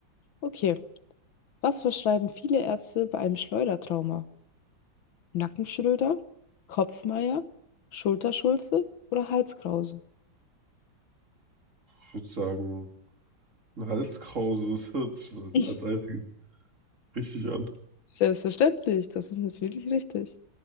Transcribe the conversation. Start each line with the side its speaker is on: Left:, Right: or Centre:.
Left: Okay, was verschreiben viele Ärzte bei einem Schleudertrauma? Nackenschröder, Kopfmeier, Schulterschulze oder Halskrause?
Right: Ich würde sagen, ein Halskrause, <laughs> das hört sich das als,
Left: <laughs>
Right: als einziges richtig an. <laughs>
Left: Selbstverständlich, das ist natürlich richtig.